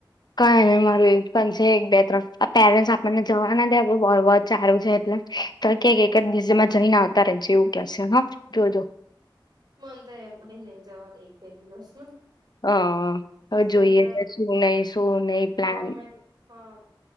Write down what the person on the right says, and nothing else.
મન તો એમય નઈ જવા એક બે દિવસમાં.
કેમ
કે
ગમે હા